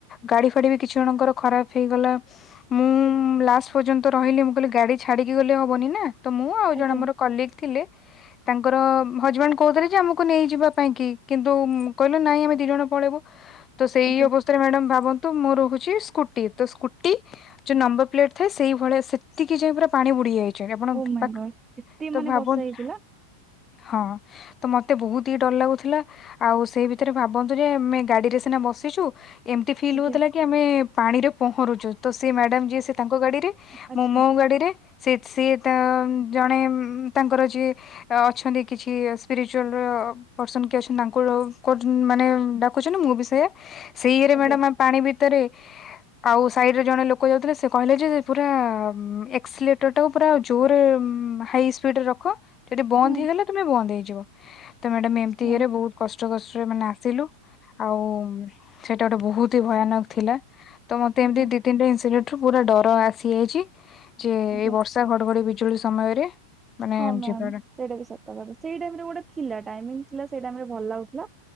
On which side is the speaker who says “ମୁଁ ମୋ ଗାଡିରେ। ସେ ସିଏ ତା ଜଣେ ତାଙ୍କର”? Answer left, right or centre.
Left